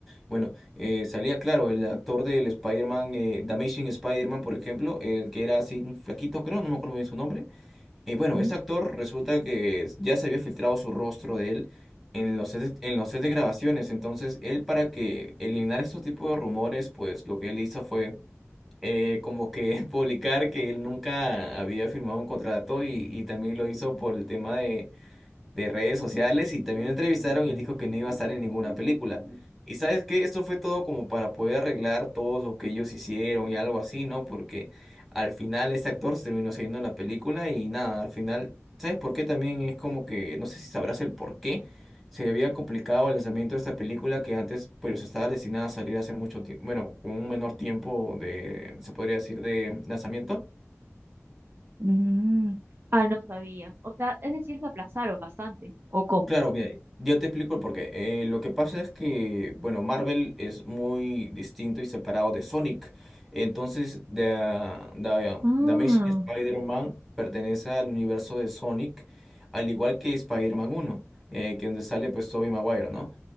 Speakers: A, in the centre; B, on the right.
A: Bueno, eh, salía claro, el actor del Spider-Man, eh, The Amazing Spider-Man, por ejemplo, el que era así un flaquito, creo, no me acuerdo bien su nombre. Eh,
B: Ujú.
A: bueno, este actor resulta que ya se había filtrado su rostro de él en los sets, en los sets de grabaciones. Entonces, él para que eliminara estos tipos de rumores, pues lo que él hizo fue eh, como que <laughs> publicar que él nunca había firmado un contrato y, y también lo hizo por el tema de de redes sociales y también lo entrevistaron y él dijo que no iba a estar en ninguna película. Y sabes qué, esto fue todo como para poder arreglar todo lo que ellos hicieron y algo así, ¿no? Porque al final este actor se terminó saliendo en la película y nada, al final, ¿sabes por qué? También es como que, no sé si sabrás el por qué. Se había complicado el lanzamiento de esta película que antes pues estaba destinada a salir hace mucho tiempo, bueno, con un menor tiempo de, se podría decir, de lanzamiento.
B: Mm. Ah, no sabía. O sea, es decir, que aplazaron bastante. ¿O cómo?
A: Claro, mira, yo te explico el porqué. Eh, lo que pasa es que, bueno, Marvel es muy distinto y separado de Sonic. Entonces, The, The-
B: Ah,
A: The Amazing Spider-Man pertenece al universo de Sonic, al igual que Spider-Man 1, eh, que donde sale pues Tobey Maguire, ¿no?